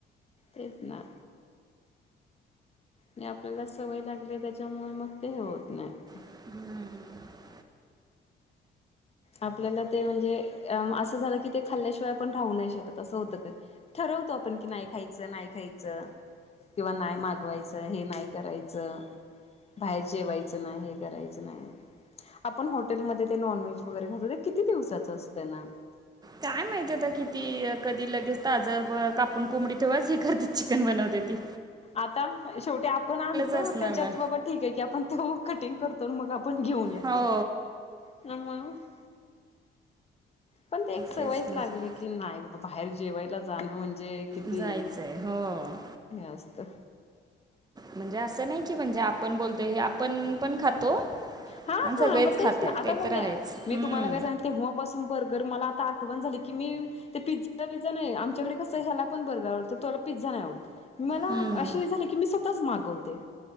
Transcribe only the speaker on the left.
तेच ना. आणि आपल्याला सवय लागली त्याच्यामुळे मग ते हे होत नाही.
आपल्याला ते म्हणजे असं झालं की ते खाल्ल्याशिवाय पण राहू नाही शकत तसं होतं कधी, ठरवतो आपण की नाही खायचं, नाही खायचं. किंवा नाही मागवायचं हे नाही करायचं. बाहेर जेवायचं नाही हे करायचं नाही, आपण हॉटेलमध्ये ते नॉनव्हेज वगैरे खात किती दिवसाच असतंय ना.
आता, शेवटी आपण आणतो
त्येच्यात
बाबा ठीक हाय की आपण तो कटिंग करतो. तर मग आपण घेऊन येत
<unintelligible> पण ते एक सवयच
लागली की नाही बाबा बाहेर जेवायला जाणं म्हणजे किती
हे असतं.
हा
हा
मग तेच
ना आता
मग
मी
मी
तुम्हाला काय सांग तेव्हापासून बर्गर मला आता आठवण झाली की मी ते पिझ्झा, विझ्झा नाही आमच्याकडे कसं ह्याला पण बर्गर आवडत तुला पिझ्झा नाही आवडत. मला
अशी झाली की मी स्वतःच मागवते.